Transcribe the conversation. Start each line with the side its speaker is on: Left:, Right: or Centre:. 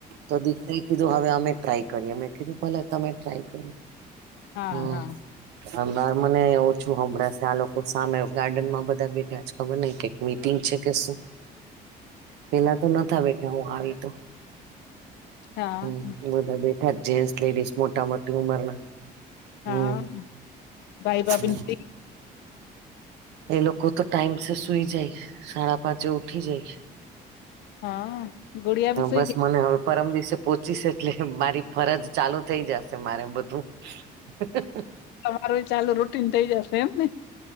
Right: તો દીકરા કીધું, હવે અમે ટ્રાય કરી. અમે કીધું, ભલે તમે ટ્રાય કરે.
Left: હા
Right: હમ,
Left: હા
Right: બાર મને એવું હું હમણાં લોકો સામે ગાર્ડનમાં બધા બેઠા જ ખબર ન કે મીટિંગ છે કે શું.
Left: હ. <unintelligible>
Right: પેલા તો ન બેઠા, હું આવી તો
Left: હા
Right: હમ બધું. બેઠા જેન્ટસ, લેડીસ, મોટા મોટી ઉંમરના.
Left: હા
Right: હમ
Left: ભાઈ ભાભી
Right: હમ
Left: થી.
Right: એ લોકો તો ટાઈમ સ સુઈ જાય, સાડા પાંચે ઉઠી જાય.
Left: હા, ગુડીયા
Right: હા
Left: બી સુઈ
Right: બસ
Left: ગઈ.
Right: મને હવે પરમ દિવસે પહોચવુ છે, એટલે મારી ફરજ ચાલુ થઈ જશે, મારે બધું. હ હ હ.
Left: તમારું ચાલુ રૂટીન થઇ જશે એમ ને.